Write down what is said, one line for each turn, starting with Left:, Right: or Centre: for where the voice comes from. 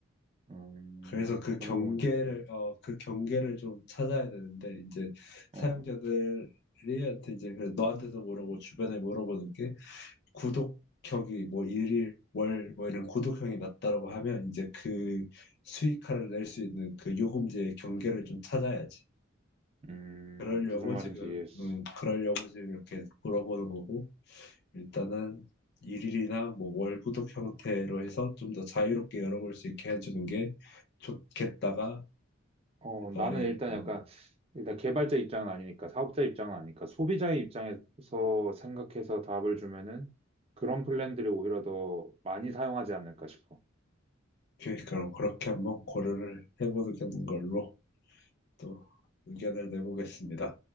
Right: 음,
Left: 그래서 그
Right: 그런
Left: 경계를
Right: 부분들을,
Left: 어, 그 경계를 좀 찾아야 되는데 이제
Right: 어,
Left: 사용자들한테 이제 그래서 너한테도 물어보고 주변에 물어보는 게 구독형이 뭐 일일 월 뭐 이런 구독형이 낮다라고 하면 이제 그 수익화를 낼 수 있는 그 요금제의 경계를 좀 찾아야지.
Right: 음,
Left: 그러려고
Right: 무슨 말인지
Left: 지금
Right: 이해했어.
Left: 음 그러려고 지금 이렇게 물어보는 거고 일단은 일일이나 뭐 월 구독 형태로 해서 좀 더 자유롭게 열어볼 수 있게 해주는 게 좋겠다가
Right: 어, 나는
Left: 너의
Right: 일단
Left: 음,
Right: 약간, 일단 개발자 입장은 아니니까, 사업자 입장은 아니니까, 소비자의 입장에서 생각해서 답을 주면은 그런 플랜들이 오히려 더 많이 사용하지 않을까 싶어.
Left: 계획 그럼 그렇게 한번 고려를 해보는 걸로 또 의견을 내보겠습니다.